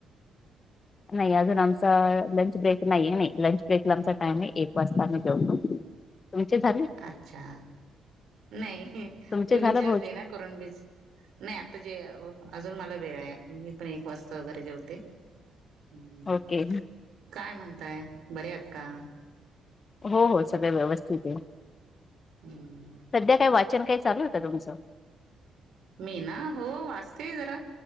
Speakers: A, on the left; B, on the right.
A: नाही अजून आमचा लंच ब्रेक नाहीे लंच ब्रेकला आमचा टाईम आहे एक वाजता आम्ही जेवतो. तुमचे झाले
B: अच्छा. नाही
A: तुमचे
B: मी विचारते
A: झालं भोज
B: ना करून बी नाही आता जे अजून मला वेळ आहे मी पण एक वाज या वगैरे जेवते, हम्म
A: ओके
B: काय म्हण तात बरे आहात का?
A: हो हो सगळं व्यवस्थित आहे.
B: हम्म
A: सध्या काय वाचन काही चालू होत तुमचं?
B: मी ना हो वाचतेय जरा